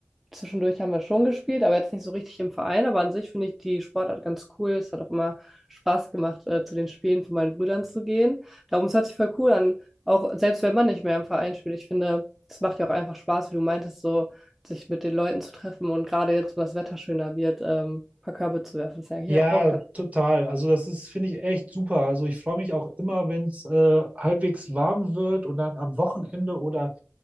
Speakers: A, in the centre; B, on the right.
A: zwischendurch haben wir schon gespielt, aber jetzt nicht so richtig im Verein. Aber an sich finde ich die Sportart ganz cool. Es hat auch immer Spaß gemacht, äh, zu den Spielen von meinen Brüdern zu gehen. Darum, es hört sich voll cool an, auch selbst wenn man nicht mehr im Verein spielt. Ich finde, es macht ja auch einfach Spaß, wie du meintest, so sich mit den Leuten zu treffen und gerade jetzt, wo das Wetter schöner wird, ähm, ein paar Körbe zu werfen. Das ist ja eigentlich
B: Ja,
A: auch ganz
B: total. Also das ist, finde ich, echt super. Also ich freue mich auch immer, wenn es äh, halbwegs warm wird und dann am Wochenende oder